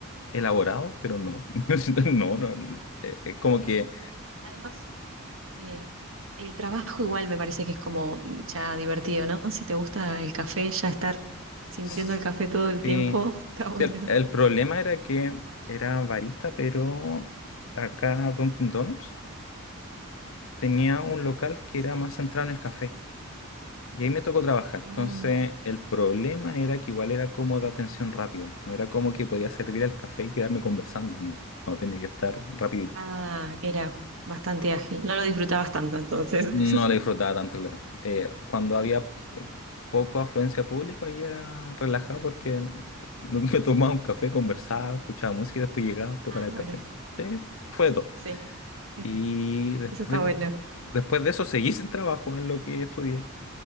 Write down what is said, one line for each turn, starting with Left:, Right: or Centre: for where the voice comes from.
Left: elaborados, pero no. <laughs> No, no, no. Eh, Es como que.
Right: Además, eh, el trabajo igual me parece que es como mm, ya divertido, ¿no? Si te gusta el café, ya estar sintiendo
Left: Sí.
Right: el café todo el tiempo, <laughs> está bueno.
Left: Sí, el, el problema era que era barista, pero acá Dunkin' Donuts tenía un local que
Right: Sí.
Left: era más centrado en el café. Y ahí me tocó trabajar.
Right: Mm.
Left: Entonces, el problema era que igual era como de atención rápida. No era como que podía servir el café y quedarme conversando. No, no tenía que estar rapidito.
Right: Ah, era bastante ágil. No lo disfrutabas tanto entonces.
Left: No
Right: <laughs>
Left: la disfrutaba tanto, claro. Eh, cuando había eh, poco afluencia de público, ahí era relajado porque <laughs> me tomaba un café, conversaba, escuchaba música y después llegaba a preparar
Right: Ah, bueno,
Left: el café. Sí, fue de todo.
Right: sí. Es-
Left: Y después,
Right: Eso está bueno.
Left: después de eso seguí <laughs> sin trabajo en lo que estudié